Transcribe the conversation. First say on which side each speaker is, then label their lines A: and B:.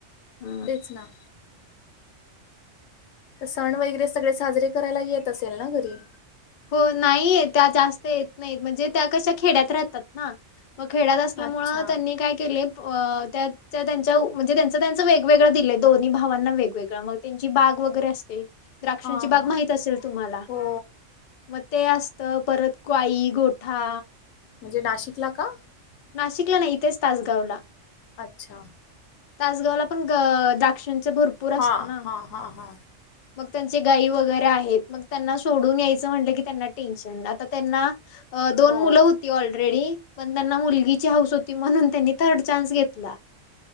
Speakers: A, on the left; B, on the left.
A: हा.
B: तेच ना. सण वगैरे सगळे साजरे करायला येत असेल ना घरी?
A: हो नाहीय त्या जास्त येत नाहीत म्हणजे त्या कशा खेड्यात राहतात ना. मग खेड्यात असल्यामूळ
B: अच्छा
A: त्यांनी काय केले. अ त्या-त्यांच्या म्हणजे त्यांच-त्यांचं वेगवेगळं दिले दोन्ही भावांना वेगवेगळं मग त्यांची बाग वगैरे असते द्राक्षांची
B: हा
A: बाग
B: हा.
A: माहित असेल तुम्हाला.
B: हो
A: मग ते असत परत गाई, गोठा.
B: म्हणजे नाशिकला का?
A: नाशिकला नाही इथंच तासगावला.
B: अच्छा!
A: तासगावला पण द्राक्षांच भरपूर असत
B: हा
A: ना.
B: हा हा हा
A: मग त्यांचे गायी वगैरे आहेत मग त्यांना सोडून यायचं म्हटलं की त्यांना टेन्शन, आता त्यांना अ दोन
B: हो
A: मुलं होती ऑलरेडी पण त्यांना मुलगीची हाऊस होती म्हणून त्यांनी थर्ड चान्स घेतला.